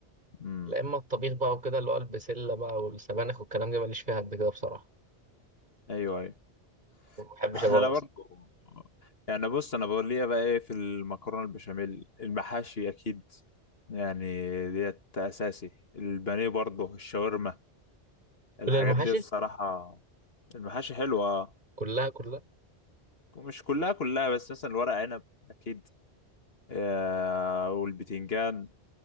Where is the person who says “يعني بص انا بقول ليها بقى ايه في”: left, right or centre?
Left